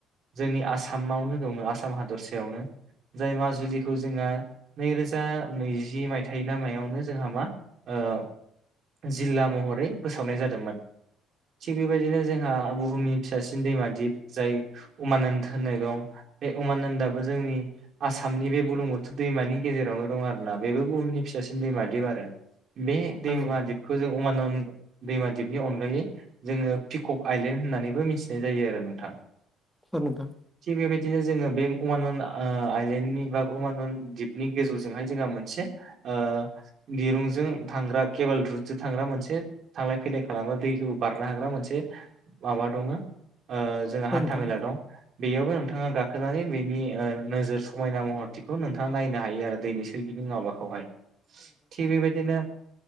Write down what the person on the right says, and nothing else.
जोंनि आसामावनो दङो आसाम हादरसायावनो जाय माजुलिखौ जोंहा नै रोजा नैजि मायथाइ ना मायावनो जोंहा मा ओ जिल्ला महरै फोसावनाय जादोंमोन। थिग बेबायदिनो जोंहा बुहुमनि फिसासिन दैमा दि जाय उमानन्द होननाय दं बे उमानन्दआबो जोंनि आसामनि बे बुलुंबुथुर दैमानि गेजेरावनो दं आरोना बेबो बुहुमनि फिसासिन दैमा दिप आरो बे दैमा
दिपखौ जों उमानन्द दैमा दिपनि अनगायै जोङो पिकक आइलेण्ड होन्नानैबो मिथिनाय जायो आरो नोंथां।
थिग बेबायदिनो जोङो बे उमानन ओ आइलेण्डनि बा अमानन दिपनि गोजौजोंहाय जोंहा मोनसे आ दिरुं जों थांग्रा केबोल रुटजों थांग्रा मोनसे थांलाय फैलाय खालामग्रा दैखौ बारनो हाग्रा मोनसे माबा दङो ओ जोंहा हान्था
मेला दं बेयावनो नोंथाङा गाखोनानै बेनि ओ नोजोर समायना महरथिखौ नोंथाङा नायनो हायो आरो दैनि सोरगिदिं माबाखौहाय थिग बेबायदिनो